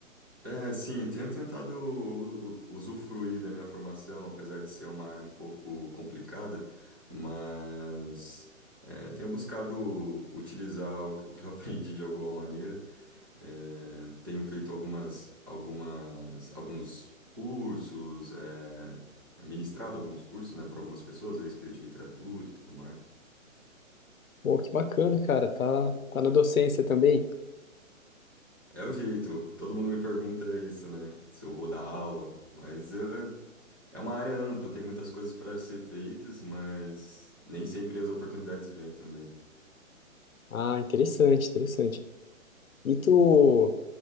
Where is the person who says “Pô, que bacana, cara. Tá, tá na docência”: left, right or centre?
Left